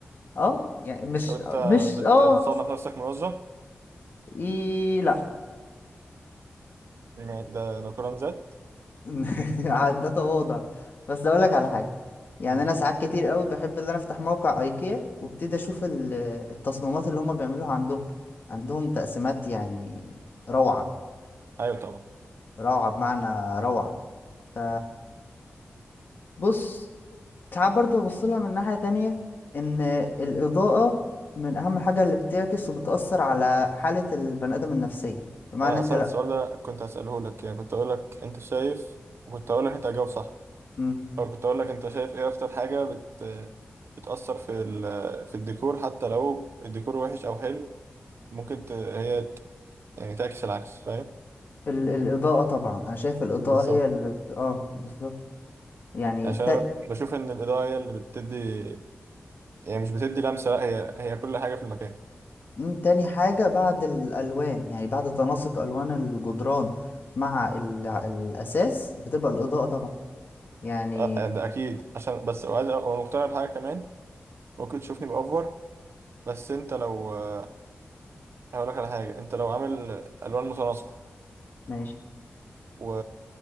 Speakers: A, on the left; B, on the right.
A: اه يعني مش
B: طب انت
A: مش
B: بت...
A: اه
B: بتصنف نفسك منظم
A: إيه لا
B: يعني ده ده قرار ذات
A: <laughs> ده تواضع بس اقول لك على حاجه يعني
B: امم
A: انا ساعات كتير قوي بحب ان انا افتح موقع ايكيا وابتدي اشوف ال- التصميمات اللي هم بيعملوها عندهم عندهم تقسيمات يعني روعه
B: ايوه طبعا
A: روعه بمعنى روعه ف بص ساعات برضه ببص لها من ناحيه تانية ان الاضاءه من اهم حاجه اللي بتعكس وبتاثر على حاله البني ادم النفسيه بمعنى
B: انا
A: انت
B: اصلا
A: لا
B: السؤال ده كنت هسأله لك يعني كنت اقول لك انت شايف وكنت اقول لك انت هتجاوب صح
A: مم.
B: او كنت اقول لك انت شايف ايه اكتر حاجة بت بتأثر في ال... في الديكور حتى لو الديكور وحش او حلو ممكن ت... هي ت... يعني تعكس العكس فاهم
A: ال- الاضاءه طبعا انا شايف الاضاءه
B: بالظبط
A: هي اللي اه بالظبط يعني
B: عشان انا بشوف ان الإضاءة هي اللي بتدي يعني مش بتدي لمسة لا هي هي كل حاجة في المكان
A: مم، تاني حاجة بعد الألوان يعني بعد تناسق ألوان الجدران مع ال... الأساس بتبقى الإضاءة طبعا يعني
B: أه آه، ده اكيد عشان بس وعايز أ- وانا مقتنع بحاجة كمان ممكن تشوفني بأوفر بس انت لو آه، هقول لك على حاجة انت لو عامل الوان متناسقة
A: ماشي
B: و...